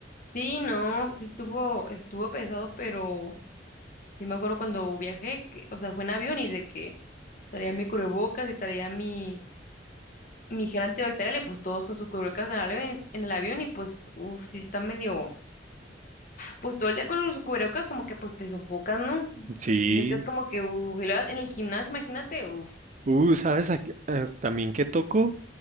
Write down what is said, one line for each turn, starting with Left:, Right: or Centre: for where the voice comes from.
Left: Sí, no, sí estuvo, estuvo pesado, pero sí me acuerdo cuando viajé, que, o sea, fue en avión y de que Traía mi cubrebocas y traía mi, mi gel antibacterial y pues todos con su cubrebocas en el avión, en el avión y pues, uff, sí está medio, pues todo el día con los cubrebocas como que pues te sofocas, ¿no?
Right: sí.
Left: Te sientes como que, uff, y luego en el gimnasio, imagínate, uff,
Right: Uh, ¿sabes? a qué- a- también qué tocó,